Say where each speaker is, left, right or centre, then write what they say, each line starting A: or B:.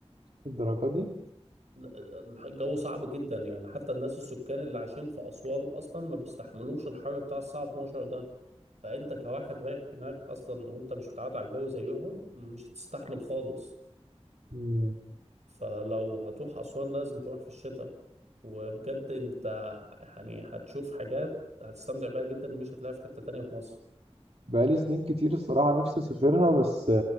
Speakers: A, on the right; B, on the right.
A: الدرجة دي؟
B: لا، الجو صعب جدا يعني حتى الناس السكان اللي عايشين في أسوان اصلا ما بيستحملوش الحر بتاع الساعة 12 ده فانت كواحد رايح هناك اصلا وانت مش متعود على الجو زيهم مش هتستحمل خالص
A: مم.
B: فلو هتروح أسوان لازم تروح في الشتاء وبجد انت يعني هتشوف حاجات هتستمتع بيها جدا مش هتلاقيها في حتة تانية في مصر
A: بقالي سنين كتير الصراحة نفسي أسافرها بس